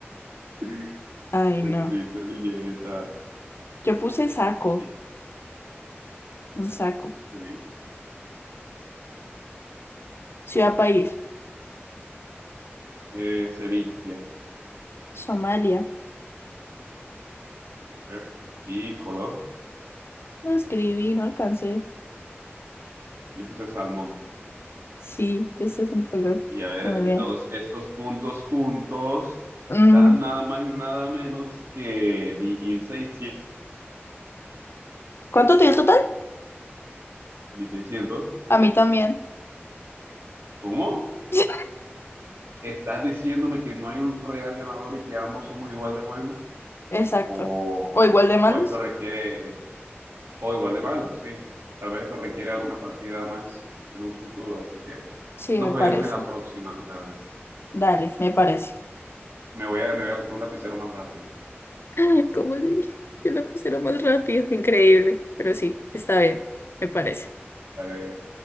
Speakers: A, on the right; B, on the left.
A: <laughs>
B: Ay,
A: Escribí
B: no.
A: servilleta.
B: Yo puse saco,
A: Sí.
B: un saco.
A: Eh,
B: Ciudad, país.
A: eh, Sevilla.
B: Somalia.
A: Super. Y color.
B: No escribí, no alcancé.
A: Yo puse salmón.
B: Sí, este es un color.
A: Y a ver,
B: Muy bien.
A: y todos estos puntos juntos
B: Mm,
A: dan nada más y nada menos que mil seiscientos.
B: ¿Cuánto tiene el total?
A: mil seiscientos.
B: A mí también.
A: ¿Cómo?
B: <laughs>
A: ¿Estás diciéndome que no hay un real ganador y que ambos somos igual de buenos?
B: Exacto.
A: ¿O,
B: ¿O igual de malos?
A: o esto requiere, o igual de malos? Sí. Tal vez esto requiere alguna partida más en un futuro, así que
B: Sí,
A: nos
B: me parece.
A: veremos en la próxima, tal vez.
B: Dale, me parece.
A: Me voy a, me voy a comprar un lapicero más rápido.
B: <laughs> ¿Cómo dije, yo la puse más rápido, increíble, pero sí, está bien, me parece.
A: Dale.